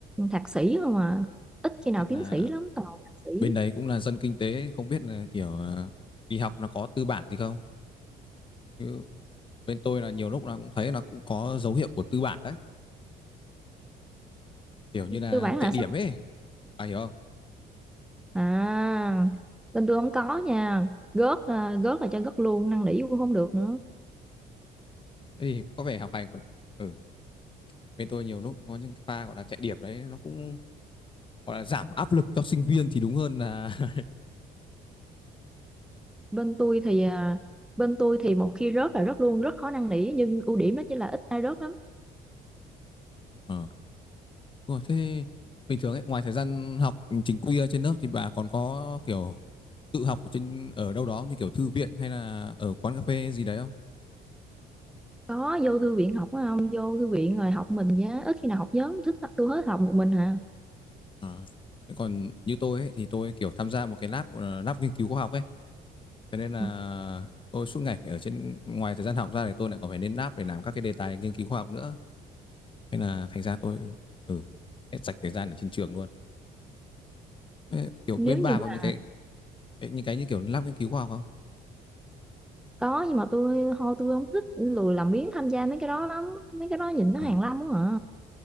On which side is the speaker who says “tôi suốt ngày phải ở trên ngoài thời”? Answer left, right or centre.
Left